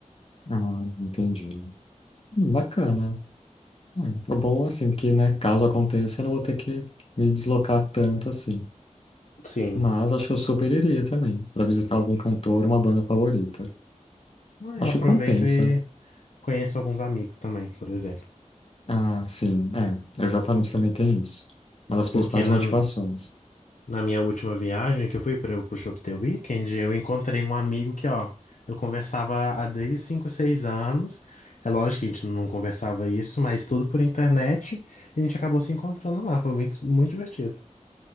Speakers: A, on the left; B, on the left.
A: Ah, entendi. Hum, Bacana. Hum, O bom, assim, que, né, caso aconteça, eu não vou ter que me deslocar tanto assim.
B: Sim.
A: Mas acho que eu super iria também, para visitar algum cantor, uma banda favorita. Acho
B: É, aproveito
A: que compensa.
B: e conheço alguns amigos também, por exemplo.
A: Ah, sim, é, exatamente também tem isso. Uma das principais
B: Porque
A: motivações.
B: na, Na minha última viagem que eu fui para o show do The Weeknd, eu encontrei um amigo que, ó, eu conversava há desde 5, 6 anos. É lógico que a gente não conversava isso, mas tudo por internet. E a gente acabou se encontrando lá. Foi muito, muito divertido.